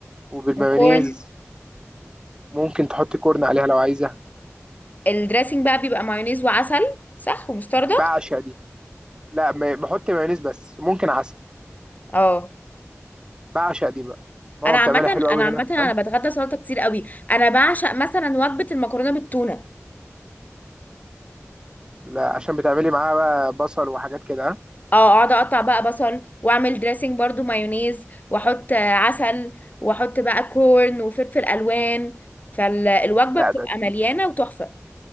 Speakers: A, on the right; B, on the left.
A: وبالمايونيز
B: وكورن
A: ممكن تحط كورن عليها لو عايزه
B: الدريسنج بقى بيبقى مايونيز وعسل صح ومستردة
A: بعشق دي لا ما- بحط مايونيز بس ممكن عسل
B: اه
A: بعشق دي بقى ماما
B: انا عامه
A: بتعملها حلوه قوي
B: انا عامه
A: هنا
B: انا
A: كمان
B: بتغدى سلطه كتير قوي انا بعشق مثلا وجبه المكرونه بالتونه
A: لا عشان بتعملي معاها بقى بصل وحاجات كده ها؟
B: اه اقعد اقطع بقى بصل واعمل دريسنج برضو مايونيز واحط آه، عسل واحط بقى كورن وفلفل الوان فالوجبه
A: لا
B: بتبقى
A: ده
B: مليانه
A: دي.
B: وتحفه